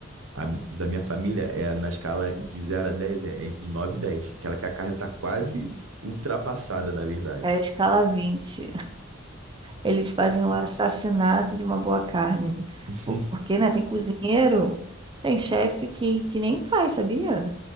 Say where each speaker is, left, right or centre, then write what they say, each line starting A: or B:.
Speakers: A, on the right; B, on the right.
A: A, o da minha família é na escala de zero a 10 é entre 9 e 10, aquela que a carne está quase ultrapassada, na verdade.
B: É a escala 20. Eles fazem o assassinato de uma boa carne.
A: <laughs>
B: Porque, né, tem cozinheiro, tem chefe que, que nem faz, sabia?